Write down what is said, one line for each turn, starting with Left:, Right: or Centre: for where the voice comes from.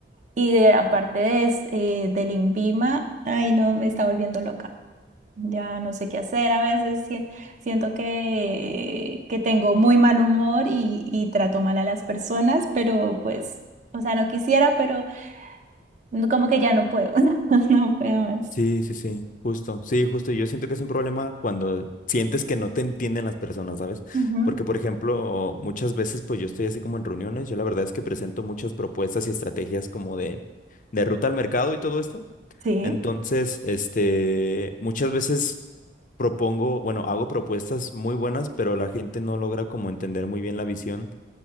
Right: y de- aparte de, es- eh, del INVIMA, ay no, me está volviendo loca. Ya no sé qué hacer, a veces que siento que, que tengo muy mal humor y, y trato mal a las personas, pero pues, o sea, no quisiera, pero no- como que ya no puedo, <laughs> no puedo más.
Left: Sí, sí, sí, justo, sí, justo. y Yo siento que es un problema cuando sientes que no te entienden las personas, ¿sabes?
Right: Ujú,
Left: Porque, por ejemplo, muchas veces, pues yo estoy así como en reuniones, yo la verdad es que presento muchas propuestas y estrategias como de, de ruta al mercado y todo esto.
Right: Sí.
Left: Entonces, este, muchas veces propongo, bueno, hago propuestas muy buenas, pero la gente no logra como entender muy bien la visión